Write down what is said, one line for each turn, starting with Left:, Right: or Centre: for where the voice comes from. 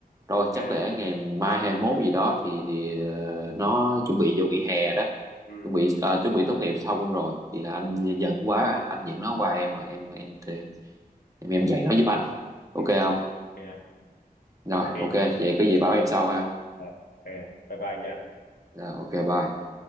Right: rồi
Left: ok
Right: chắc để ngày mai hai mốt gì đó thì thì ờ, nó chuẩn bị vô nghỉ hè đó
Left: ừ.
Right: chuẩn bị à, chuẩn bị tốt nghiệp xong luôn rồi thì là anh giận quá anh giận nó qua em rồi em em em em, em dạy nó giúp anh ok
Left: ừ.
Right: không
Left: ok anh.
Right: rồi
Left: nhất trí.
Right: ok vậy có gì bảo em sau ha
Left: Ờ, ok bye bye nha
Right: rồi ok bye